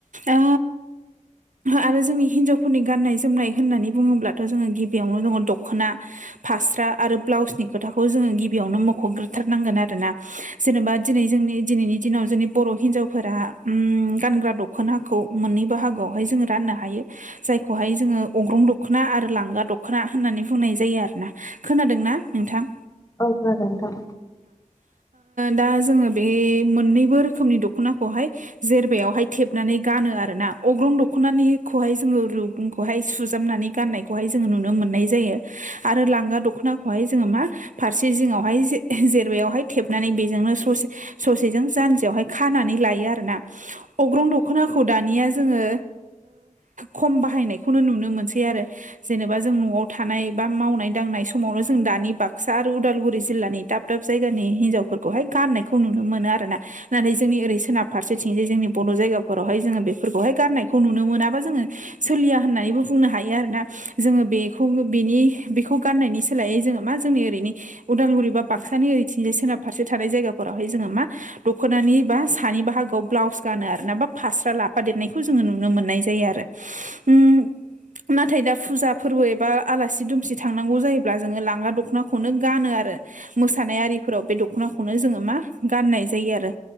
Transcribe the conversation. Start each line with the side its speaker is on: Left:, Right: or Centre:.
Right: ओ आरो जोंनि हिनजावफोरनि गान्नाय जोमनाय होननानै बुङोब्लाथ' जोङो गिबियावनो दङ दख'ना। फास्रा आरो ब्लाउसनि खोथाखौ जोङो गिबियावनो मख'ग्रोथारनांगोन आरोना। जेनेबा दिनै जोंनि दिनैनि दिनाव जोंनि बर' हिनजावफोरा गानग्रा दख'नााखौ मोननै बाहागोआवहाय जोंङ राननो हायो। जायखौहाय जोङो अग्रं दख'ना आरो लांगा दख'ना होननानै बुंनाय जायो आरो ना। खोनादोंना नोंथां?
Left: औ खोनादों नोंथां।
Right: दा जोङो बे मोननैबो रोखोमनि दख'नाखौहाय जेरबायावहाय थेबनानै गानो आरोना। अग्रं दख'नानिखौहाय जोङो रु गुंखौहाय सुजाबनानै गाननायखौहाय जोङो नुनो मोननाय जायो आरो लांगा दख'नाखौहाय जोङो मा फारसे जिङावहाय जेर बेायावहाय थेबनानै बेजोंनो ससे ससेजों जानजियावहाय खानानै लायो आरो ना अग्रं दख'नाखौ दानिया जोङो खम बाहायनायखौनो नुनो मोनसै आरो। जेनेबा जों न'आव थानाय बा मावनाय दांनाय समावनो जों दानि बाक्सा आरो उदालगुरि जिल्लानि दाब दाब जायगानि हिनजावफोरखौहाय गाननायखौ नुनो मोनो आरोना। नाथाय जोंनि ओरै सोनाब फारसेथिं जाय जोंनि बर' जायगाफोरावहाय जोङो बेफोरखौहाय गाननायखौ नुनो मोनाबा जोङो सोलिया होननानैबो बुंनो हायो आरोोटना जोङो बेखौ बेनि बेखौ गाननायनि सोलायै जोङो मा जोंनि ओरैनि उदालगुरि बा बाक्सानि ओरैथिंजाय सोनाब फारसे थानाय जायगाफोरावहाय जोङो मा दख'नानि बा सानि बाहागोआव ब्लाउस गानो आरो ना बा फास्रा लाफादेरनायखौ जोङो नुनो मोननाय जायो आरो। उम नाथाय दा फुजा फोरबो एबा आलासि दुमसि थांनांगौ जायोब्ला जोङो लांगा दखनाखौनो गानो आरो। मोसानाय आरिफोराव बे दख'नाखौनो जोङो मा गाननाय जायो आरो।